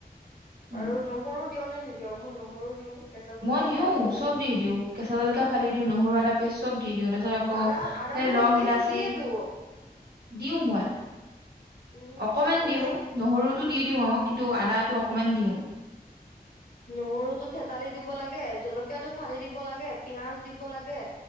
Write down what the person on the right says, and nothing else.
উম
মই দিও
চব দি দিওঁ কেঁচা জলকা
ফালি দিওঁ নহৰু এটা পেষ্ট চব দি দিওঁ তাৰপিছত আকৌ
সেই
লং
ইলাচি
দিওঁ মই।
অকমান
দিওঁ, নহৰুত টো দি দিওঁ অ কিন্তু আদাটো অকমান দিওঁ।